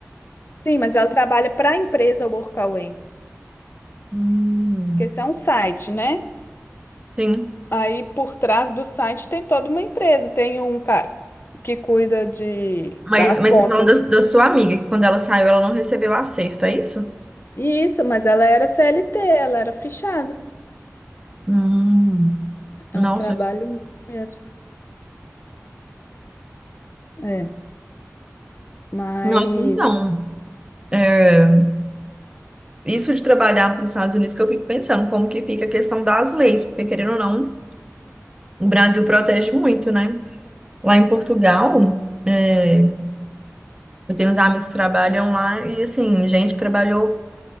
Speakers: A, on the left; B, on the right.
A: Sim, mas ela trabalha para a empresa Workaway,
B: Hum.
A: porque isso é um site, né?
B: Sim.
A: Aí por trás do site tem toda uma empresa, tem um cara que cuida de
B: Mas,
A: das
B: mas
A: contas.
B: você tá falando da, da sua amiga, que quando ela saiu, ela não recebeu acerto, é isso?
A: E isso, mas ela era CLT, ela era fichada.
B: Hum. Nossa.
A: É um trabalho mesmo. É, mas
B: Nossa, então. é, Isso de trabalhar para os Estados Unidos que eu fico pensando, como que fica a questão das leis, porque querendo ou não, o Brasil protege muito, né? Lá em Portugal, é, eu tenho uns amigos que trabalham lá e assim, gente que trabalhou